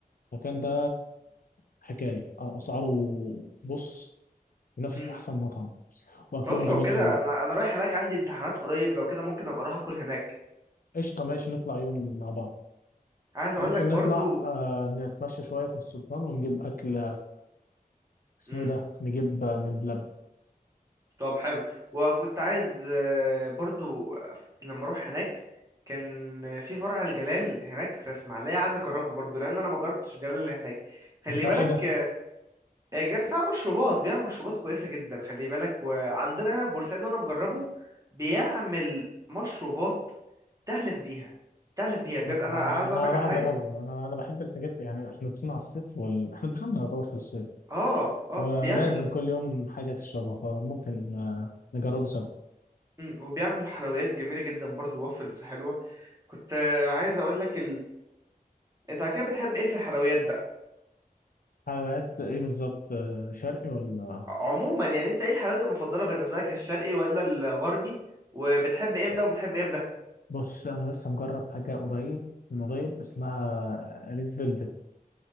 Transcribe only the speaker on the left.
المكان ده حكايه اسعاره بص ينافس
احسن مطعم واكلهم
جميل
قوي
قشطه ماشي نطلع يوم مع بعض
وممكن
نطلع آه نتمشى شويه في السلطان ونجيب اكل اسمه
ايه ده نجيب من بلبن
بتاع
ايه ده
انا
انا
أنا
هروح
اجربه
بقى. انا انا بحب الحاجات يعني احنا داخلين على الصيف وال... احنا دخلنا يعتبر في الصيف
ولازم
كل يوم حاجه تشربها فممكن آه، نجربه سوا
حلويات ايه بالظبط آه، شرقي ولا
بص انا لسه مجرب حاجه قريب من قريب اسمها ريد فيلفت